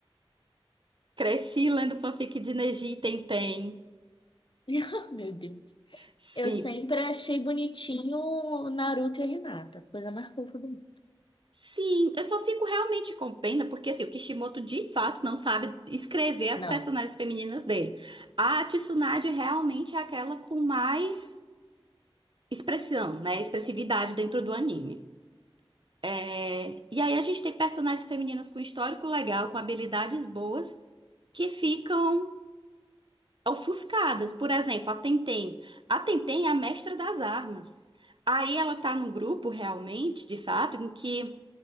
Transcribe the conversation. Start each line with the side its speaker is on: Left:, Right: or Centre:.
Right: Cresci lendo fanfic de Neji e Tentem.
Left: <laughs> Meu Deus.
Right: Sim.
Left: Eu sempre achei bonitinho o Naruto e a Hinata, coisa mais fofa do mundo.
Right: Sim, eu só fico realmente com pena porque assim, o Kishimoto de fato não sabe escrever as
Left: Não.
Right: personagens femininas dele. A Tsunade realmente é aquela com mais expressão, né? Expressividade dentro do anime. É, E aí a gente tem personagens femininas com histórico legal, com habilidades boas, que ficam ofuscadas. Por exemplo, a Tenten. A Tenten é a mestra das armas. Aí ela tá num grupo realmente, de fato, em que